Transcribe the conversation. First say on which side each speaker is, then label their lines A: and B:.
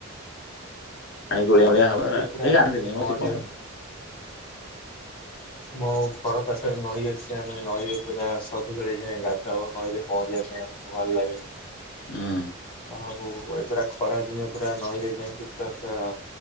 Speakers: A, on the left; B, on the left.
A: ପାଣି ଗୋଳିଆ
B: ହଁ
A: ଗୋଳିଆ
B: ନଈରେ
A: ହବ ଏରା
B: ପୁରା
A: କେହି ଗାଧାନ୍ତିନି
B: ଆମକୁ ପହଁରିବା।
A: ମ ସେ ପହଁରନ୍ତି।
B: ମୋ ଘର ପାଖରେ ନଈ ଅଛି ଆମେ ନଈରେ ପୁରା ସବୁବେଳେ ଯାଇଁ ଗାଧାଉ ନଈରେ ପହଁରିବା ପାଇଁ ଆ ଭଲ ଲାଗେ।
A: ହୁଁ।
B: ଆଉ ଏ ପୁରା ଖରା ଦିନେ ପୁରା ନଈରେ ଯାଇକି ତା ପୁରା